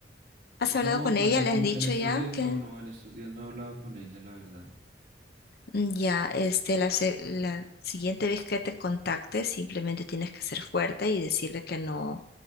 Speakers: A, on the left; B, on the right.
A: ¿Has
B: No,
A: hablado con
B: pues
A: ella?
B: último,
A: ¿Le has dicho
B: en estos
A: ya
B: días
A: que
B: no, no, en estos días no he hablado con ella, la verdad.
A: Mm, ya, este, la, se- la siguiente vez que te contacte, simplemente tienes que ser fuerte y decirle que no